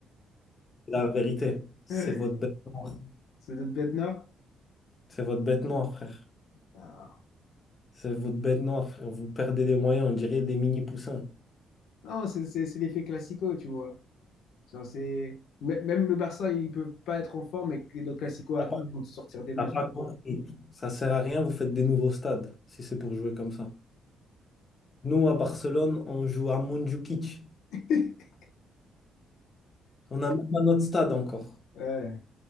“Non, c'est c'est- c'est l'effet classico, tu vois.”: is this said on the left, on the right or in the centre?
Left